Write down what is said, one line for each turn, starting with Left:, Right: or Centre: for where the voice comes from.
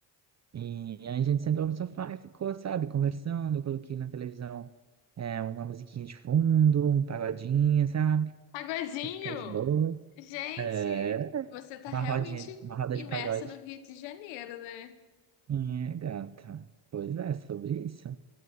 Right: E aí a gente sentou no sofá e ficou, sabe, conversando. Eu coloquei na televisão é, uma musiquinha de fundo, um pagodinho, sabe?
Left: Pagodinho!
Right: Pra ficar de boas.
Left: Gente,
Right: É,
Left: você tá
Right: uma
Left: realmente
Right: rodinha, uma roda
Left: imersa
Right: de pagode.
Left: no Rio de Janeiro, né?
Right: É, gata. Pois é, sobre isso.